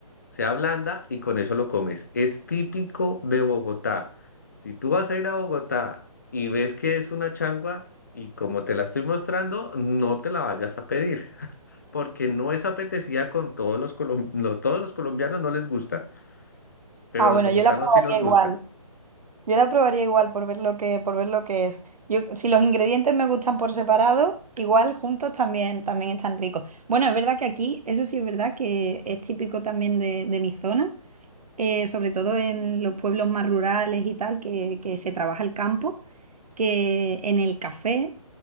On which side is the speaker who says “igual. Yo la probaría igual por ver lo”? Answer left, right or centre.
Right